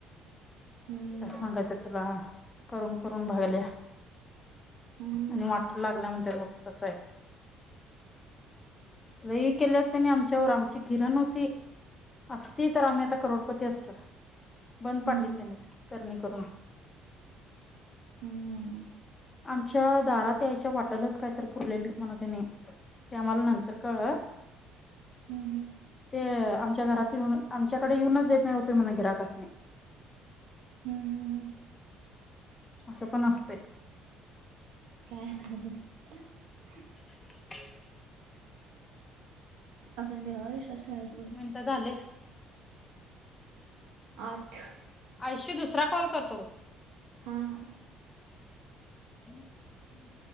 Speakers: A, on the right (about 80°); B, on the left (about 25°).
A: हम्म
B: काय सांगायचं तुला स करून करून भागल्या
A: हम्म
B: आणि वाटला लागल्या म्हणत्यात बघ तसय. लई केल्यात त्यानी आमच्यावर आमची गिरण होती, असती तर आम्ही आता करोडपती असतो. बंद
A: हम्म
B: पाडलीत तेनीच करणी करून.
A: हम्म
B: आमच्या दारात यायच्या वाटलाच काहीतरी पुरलेलीत म्हणं तेनी. ते आम्हाला नंतर कळलं,
A: हम्म हम्म
B: ते आमच्या घरात येऊन आमच्याकडे येऊनच देत नव्हती म्हण गिऱ्हाईकासनी.
A: हम्म हम्म
B: असं पण असतय.
A: काय न्हवच बई ना.
B: <inaudible>
A: आपण देवावर विश्वास ठेवायचा बग.
B: मिनटं झाले
A: आठ.
B: आयशु दुसरा कॉल करतो बग?
A: हा हा
B: हम्म्.